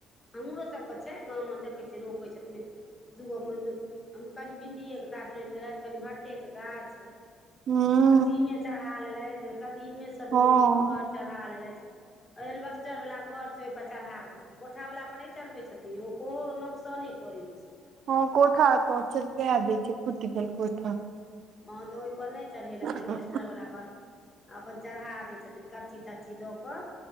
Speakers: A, on the left; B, on the right.
A: हमरो सभके छै गाव मे देखै छियै रोपै छथीन दूगोमे कनि भिणडिए के गाछ रोपि देलथि कनि भट्ठटे के गाछ।
B: हूँ।
A: कदिमे सीमे चढ़ा लेले जे कदीमे सजमनि
B: हँ
A: कुमहर चढ़ा लेलैथ एलीबस्टर वाला घर छै ओहि पर चढ़ा दे छै कोठा वाला पर नहि चढ़बै छथिन ओ ओके नोकसाने करै छै
B: ह कोठा पर चिपकै दय छै फुट गेल कोठा
A: ह तऽ ओहि पर नहि चढ़ेलथि
B: हूँ
A: एलवेस्टर वला पर अपन चढ़ा दै छथिन करची तरची दऽ क